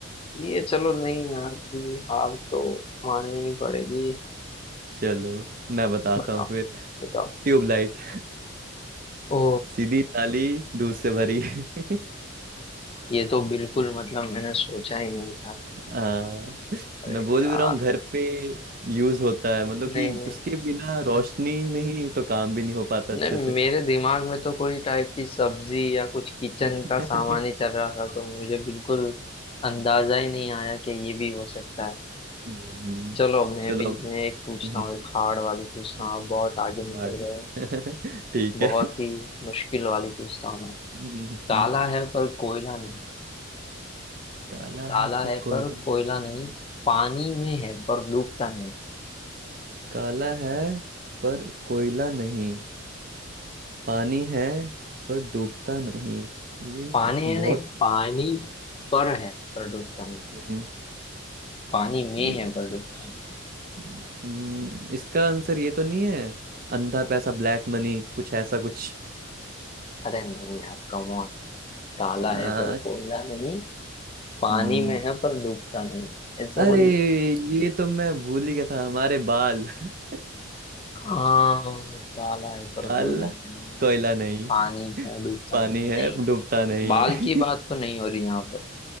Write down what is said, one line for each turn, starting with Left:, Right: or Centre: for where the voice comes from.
Left: ये चलो नहीं यार अभी हार तो माननी ही पड़ेगी
Right: चलो मैं बताता
Left: बताओ
Right: हूँ फिर
Left: बताओ
Right: ट्यूबलाइट
Left: ओ
Right: सीधी ताली दूध से भरी <laughs>
Left: ये तो बिल्कुल मतलब मैंने सोचा ही नहीं था
Right: हाँ
Left: अरे
Right: मैं बोल
Left: यार
Right: भी रहा हूँ घर पे यूज होता है मतलब
Left: नहीं
Right: कि
Left: नहीं
Right: उसके
Left: नहीं
Right: बिना रोशनी
Left: हाँ,
Right: नहीं तो काम भी नहीं हो पाता
Left: नहीं
Right: अच्छे से
Left: मेरे दिमाग में तो कोई टाइप की सब्जी या कुछ किचन
Right: <laughs>
Left: का सामान ही चल रहा था तो मुझे बिल्कुल अंदाजा ही नहीं आया कि ये भी हो सकता है
Right: हम्म
Left: चलो मैं
Right: चलो
Left: भी मैं एक पूछता
Right: हम्म,
Left: हूँ एक हार्ड वाली पूछता
Right: हम्म,
Left: हूँ आप बहुत आगे निकल
Right: hard।
Left: गए हो
Right: <laughs> ठीक
Left: बहुत
Right: है
Left: ही मुश्किल वाली पूछता हूँ मैं
Right: हम्म,
Left: काला है पर कोयला नहीं
Right: काला
Left: काला
Right: है पर
Left: है
Right: कोयला
Left: पर कोयला नहीं पानी में है पर डूबता नहीं
Right: काला है पर कोयला नहीं पानी है पर डूबता नहीं ये
Left: पानी
Right: बहुत
Left: है नहीं पानी पर है पर डूबता नहीं
Right: हम्म,
Left: पानी में
Right: ये तो
Left: है
Right: कुछ
Left: पर डूबता नहीं
Right: हम्म इसका आंसर ये तो नहीं है अंधा पैसा ब्लैक मनी कुछ ऐसा कुछ
Left: अरे नहीं यार कम ऑन काला
Right: आ,
Left: है पर कोयला नहीं पानी
Right: हम्म
Left: में है पर डूबता नहीं ऐसा
Right: अरे
Left: कोई
Right: ये तो मैं भूल ही गया था हमारे बाल <laughs>
Left: हाँ काला है पर
Right: काल
Left: कोयला नहीं
Right: कोयला नहीं
Left: पानी
Right: <laughs>
Left: में डूबता
Right: पानी
Left: नहीं नहीं
Right: है डूबता नहीं
Left: बाल की बात
Right: <laughs>
Left: तो नहीं हो रही यहाँ पर